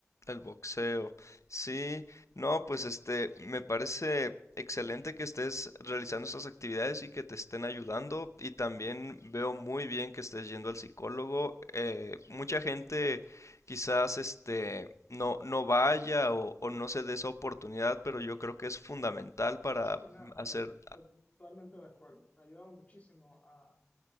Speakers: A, on the left; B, on the left.
A: El boxeo. Sí, no, pues este, me parece excelente que estés realizando estas actividades y que te estén ayudando. Y también veo muy bien que estés yendo al psicólogo. Eh, mucha gente quizás este no, no vaya o, o no se dé esa oportunidad, pero yo creo que es fundamental para
B: Sí, no,
A: hacer,
B: yo estoy totalmente de acuerdo. Me ha ayudado muchísimo a,